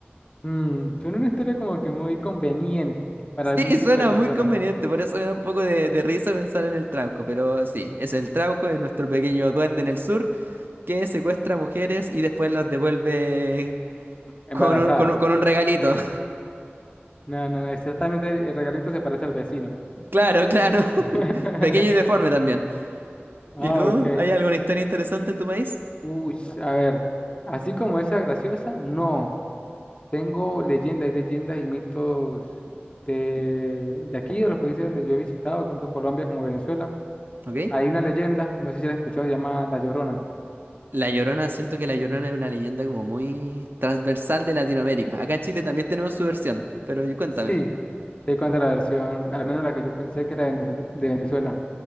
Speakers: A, on the left; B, on the right.
A: Mm, suena una historia como que muy conveniente para
B: Sí,
A: algún tipo
B: suena
A: de personas
B: muy conveniente, por eso me da un poco de, de risa pensar en el trauco, pero sí, es el trauco, es nuestro pequeño duende en el sur que secuestra mujeres y después las devuelve
A: embarazadas.
B: Con un, con un- con un regalito. <laughs>
A: No, no, no, exactamente el regalito se parece al vecino.
B: Claro, claro. <laughs>
A: <laughs>
B: Pequeño y deforme también.
A: Ah,
B: ¿Y tú?
A: ok.
B: ¿Hay alguna historia interesante en tu país?
A: Uy, a ver, así como esa graciosa, no. Tengo leyendas y leyendas y mitos de, de aquí, de los países donde yo he visitado, tanto Colombia como Venezuela.
B: ¿Ok?
A: Hay una leyenda, no sé si la has escuchado, se llama La Llorona.
B: La Llorona, siento que La Llorona es una leyenda como muy transversal de Latinoamérica. Acá en Chile también tenemos su versión, pero y- cuéntame.
A: Sí, te cuento la versión, al menos la que yo pensé que era de Venezuela. de Venezuela.